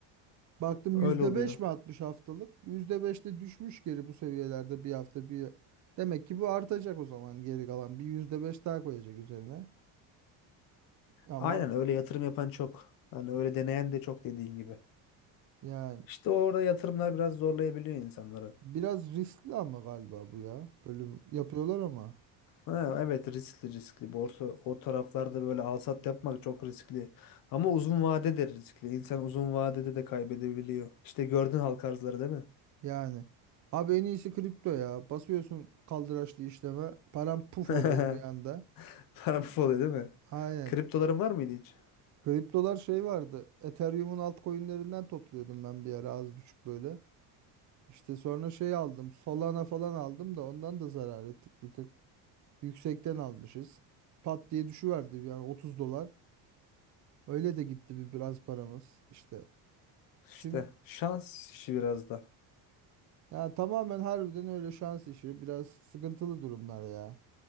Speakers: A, on the right; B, on the left.
A: Baktım
B: Öyle
A: %5
B: oluyor.
A: mi atmış haftalık? %5'te düşmüş geri bu seviyelerde bir hafta bir. Demek ki bu artacak o zaman geri kalan. Bir %5 daha koyacak üzerine. Ama
B: Aynen öyle yatırım yapan çok. Hani öyle deneyen de çok dediğin gibi.
A: yani
B: İşte orada yatırımlar biraz zorlayabiliyor insanları.
A: biraz riskli ama galiba bu ya. Böyle yapıyorlar ama.
B: Ha, evet riskli riskli. Borsa o taraflarda böyle al sat yapmak çok riskli. Ama uzun vadede riskli. İnsan uzun vadede de kaybedebiliyor. İşte gördün halk arzları değil mi?
A: Yani. Abi en iyisi kripto ya. Basıyorsun kaldıraçlı işleme. Param puf
B: <laughs>
A: oluyor bir anda.
B: Para bu oluyor değil mi?
A: Aynen.
B: Kriptoların var mıydı hiç?
A: Kriptolar şey vardı. Ethereum'un altcoin'lerinden topluyordum ben bir ara az buçuk böyle. İşte sonra şey aldım. Solana falan aldım da ondan da zarar ettik bir tık. Yüksekten almışız. Pat diye düşüverdi yani 30 dolar. Öyle de gitti bir biraz paramız işte.
B: İşte
A: Şimdi
B: şans işi biraz da.
A: ya tamamen harbiden öyle şans işi. Biraz sıkıntılı durumlar ya.